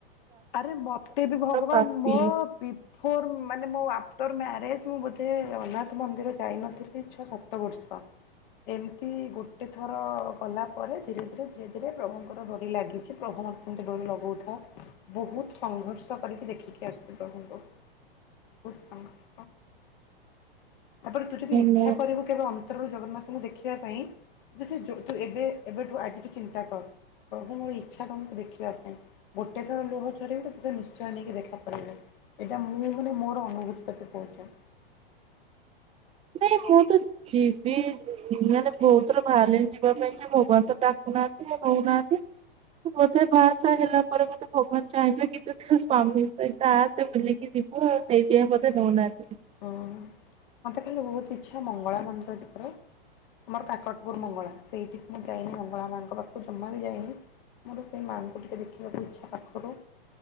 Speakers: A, on the left; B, on the right.
A: ଆରେ ମୋତେ ବି ଭଗବାନ
B: ପାପି
A: ମୋ -- ବିଫୋର୍ ମାନେ ମୋ ଆଫ୍ଟର୍ ମ୍ୟାରେଜ୍ ମୁଁ ବୋଧେ ଜଗନ୍ନାଥ ମନ୍ଦିର ଯାଇନଥିଲି। ଛଅ ସାତ ତ ବର୍ଷ ଏ ରାତି ଗୋଟେ ଥର ଗଲା ପରେ ଧୀରେ ଧୀରେ ଧୀରେ ଧୀରେ ପ୍ରଭୁଙ୍କର ଡରି ଲାଗିଛି। ସେ ପ୍ରଭୁ ମତେ ସେମିତି ଡୋରି ଲଗଉଥାଉ। ବୋହୁତ୍ ସଂଘର୍ଷ କରିକି ଦେଖିକି ଆସିଛି ପ୍ରଭୁଙ୍କୁ ବହୁତ୍ ଭଲ। ତାପରେ ତୁ ଯଦି ଇଚ୍ଛା
B: ମୁଁ
A: କରିବୁ କେବେ ଅନ୍ତରରୁ ଜଗନ୍ନାଥଙ୍କୁ ଦେଖିବା ପାଇଁ ସେ ତୁ ଏବେ ଏବେଠୁ ଆଜି ତୁ ଚିନ୍ତା କର ପ୍ରଭୁ ମୋର ଇଛା ତମକୁ ଦେଖିବା ପାଇଁ। ଗୋଟେ ଥର ଲୁହ ଝରାଇବୁ ତ ସେ ନିଶ୍ଚୟ ନେଇକି ଦେଖା କରାଇବେ। ଏଇଟା ମୁଁ ମାନେ ମୋର ଅନୁଭୂତ ତତେ କହୁଚି।
B: ନାଇଁ ମୁଁ ତ ଯିବି ମାନେ ବୋହୁତ୍ ଥର ବାହାରିଲିଣି ଯିବା ପାଇଁ ଯେ ଭଗବାନ ତ ଡାକୁନାହାନ୍ତି ନଉନାହାନ୍ତି। ବୋଧେ ବାହା ସାହା ହେଲା ପରେ ମତେ ଭଗବାନ ଚାହିଁବେ <unintelligible> ତା ସେ ବୁଲିକି ଯିବୁ ଆଉ ସେଇଥିପାଇଁ ବୋଧେ ନଉନାହାନ୍ତି।
A: ହୁଁ ମୋତେ ଖାଲି ବୋହୁତ୍ ଇଚ୍ଛା ମଙ୍ଗଳା ମନ୍ଦିର <unintelligible> ମୋର କାକଟପୁର୍ ମଙ୍ଗଳା ସେଇଠିକି ମୁଁ ଯାଇନି ମଙ୍ଗଳା ମାଙ୍କ ପାଖକୁ ଜମା ବି ଯାଇନି। ମୋର ସେଇ ମାଆଙ୍କୁ ଟିକେ ଦେଖିବାକୁ ଇଚ୍ଛା ପାଖରୁ।